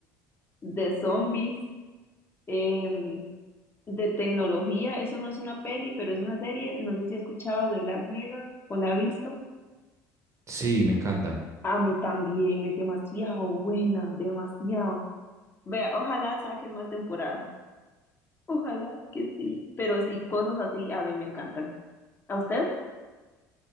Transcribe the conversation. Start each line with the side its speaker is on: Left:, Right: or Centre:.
Left: de zombies, em, de tecnología. Eso no es una peli, pero es una serie. No sé si has escuchado de Black Mirror o la has visto.
Right: Sí, me encanta.
Left: A mí también es demasiado buena, demasiado. Vea, ojalá saquen más temporadas. Ojalá que sí, pero sí, cosas así a mí me encantan. ¿A usted?